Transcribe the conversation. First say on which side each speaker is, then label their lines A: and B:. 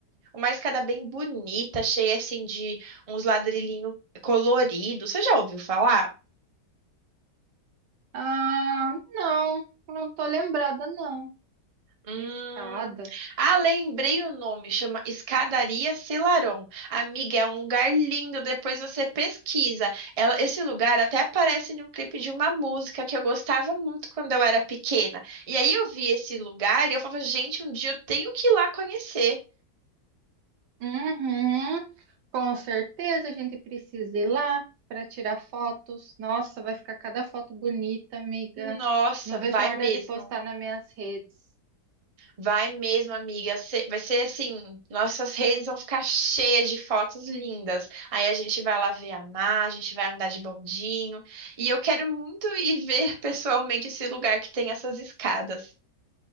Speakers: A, on the right; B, on the right.
A: Uma escada bem bonita, cheia assim de uns ladrilhinhos coloridos. Você já ouviu falar?
B: Ah, não, não tô lembrada, não.
A: Hum...
B: Escada.
A: Ah, lembrei o nome, chama Escadaria Selarón. Amiga, é um lugar lindo, depois você pesquisa. Ela, esse lugar até aparece no clipe de uma música que eu gostava muito quando eu era pequena. E aí eu vi esse lugar e eu falava, gente, um dia eu tenho que ir lá conhecer.
B: Uhum. Com certeza a gente precisa ir lá para tirar fotos. Nossa, vai ficar cada foto bonita, amiga.
A: Nossa,
B: Não vejo
A: vai
B: a hora
A: mesmo.
B: de postar nas minhas redes.
A: Vai mesmo, amiga. Se- Vai ser assim, nossas redes vão ficar cheias de fotos lindas. Aí a gente vai lá ver a mar, a gente vai andar de bondinho. E eu quero muito ir ver pessoalmente esse lugar que tem essas escadas.